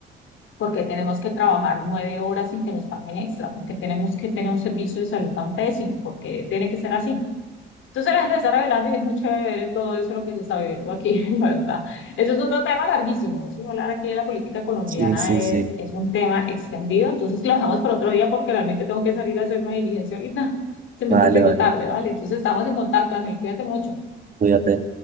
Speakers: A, on the left; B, on the right.
A: porque tenemos que trabajar nueve horas sin que nos paguen extra? porque tenemos que tener un servicio de salud tan pésimo? porque tiene que ser así? Entonces la gente está revelando y es muy chévere todo eso lo que se está viviendo aquí, <laughs> la verdad. Eso es otro tema larguísimo. Eso hablar aquí de la política colombiana
B: Sí, sí,
A: es,
B: sí.
A: es un tema extendido. Entonces lo dejamos para otro día porque realmente tengo que salir a hacer una diligencia ahorita. Se me
B: Vale,
A: está haciendo
B: vale.
A: tarde, ¿vale? Entonces estamos en contacto, Ángel. Cuídate mucho.
B: Cuídate.